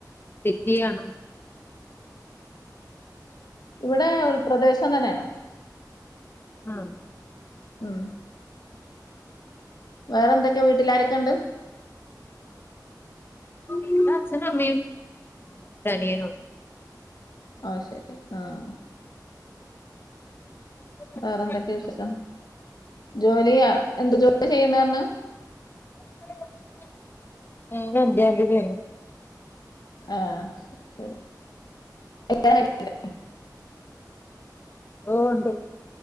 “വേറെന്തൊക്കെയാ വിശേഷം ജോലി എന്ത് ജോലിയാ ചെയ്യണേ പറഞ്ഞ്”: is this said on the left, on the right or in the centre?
Left